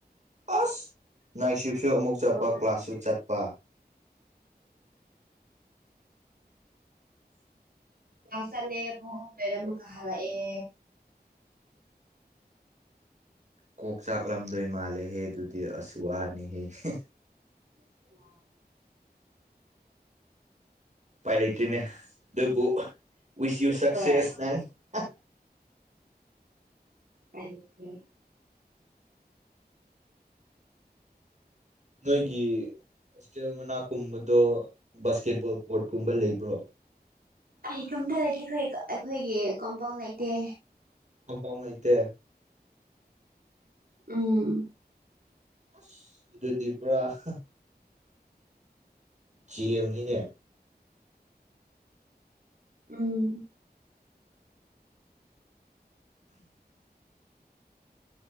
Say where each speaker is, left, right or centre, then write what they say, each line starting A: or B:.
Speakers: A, on the right; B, on the right.
A: ꯑꯁ ꯅꯥꯏꯠꯁꯤꯞꯁꯨ ꯑꯃꯨꯛ ꯆꯠꯄ
B: ꯀ꯭ꯂꯥꯁ
A: ꯀ꯭ꯂꯥꯁꯁꯨ ꯆꯠꯄ <inaudible>
B: ꯀ꯭ꯂꯥꯁ ꯆꯠꯂꯦ ꯄꯨꯡ ꯑꯍꯨꯝꯗꯩ ꯑꯃꯨꯛꯀ ꯍꯜꯂꯛꯑꯦ
A: ꯀꯣꯛ ꯆꯥꯛꯂꯝꯗꯣꯏ ꯃꯥꯜꯂꯦꯍꯦ ꯑꯗꯨꯗꯤ ꯑꯁ ꯋꯥꯅꯤꯍꯦ ꯍꯦ
B: ꯑꯣ
A: ꯎꯄꯥꯢꯂꯩꯇꯦꯅꯦ ꯑꯗꯕꯨ ꯋꯤꯁ ꯌꯨ ꯁꯛꯁꯦꯁ
B: ꯍꯣꯏ
A: ꯃꯦꯟ ꯍꯥ
B: ꯎꯄꯥꯢ ꯂꯩꯇꯦ
A: ꯅꯣꯏꯒꯤ ꯍꯣꯁꯇꯦꯜ ꯃꯅꯥꯛ ꯀꯨꯝꯕꯗꯣ ꯕꯥꯁꯀꯦꯠꯕꯣꯜ ꯀꯣꯔꯠꯀꯨꯝꯕ ꯂꯩꯕ꯭ꯔꯣ
B: ꯑꯩ ꯀꯝꯇ ꯂꯩꯇꯦ ꯑꯩꯈꯣꯏꯒꯤ ꯒ ꯑꯩꯈꯣꯏꯒꯤ ꯀꯣꯝꯕꯣꯜ ꯂꯩꯇꯦ
A: ꯀꯝꯄꯥꯎꯟ ꯂꯩꯇꯦ
B: ꯎꯝ
A: ꯑꯁ ꯑꯗꯨꯗꯤ ꯄꯨꯔꯥ ꯍꯥ ꯖꯦꯜꯅꯤꯅꯦ
B: ꯎꯝ